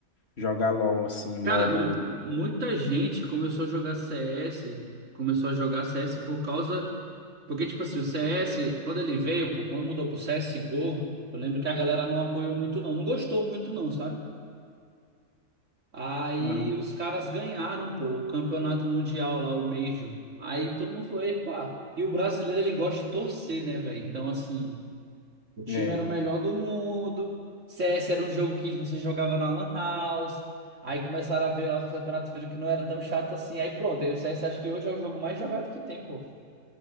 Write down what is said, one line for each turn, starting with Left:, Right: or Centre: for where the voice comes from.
Left: jogar LOL, assim, MOBA.
Right: Cara, mu-
Left: ou-
Right: muita gente começou a jogar CS, começou a jogar CS por causa Porque, tipo assim, o CS, quando ele veio, pô, quando mudou pro CSGO, eu lembro que a galera não apoiou muito, não. Não gostou muito, não, sabe? Aí
Left: Aham.
Right: os caras ganharam, pô, o campeonato mundial lá, o Major. Aí todo mundo falou, epa. E o brasileiro, ele gosta de torcer, né, velho? Então, assim, o time
Left: É.
Right: era o melhor do mundo. CS era um jogo que você jogava na Lan House. Aí começaram a ver lá os campeonatos, viram que não era tão chato assim. Aí pronto, aí o CS acho que hoje é o jogo mais jogado que tem, pô.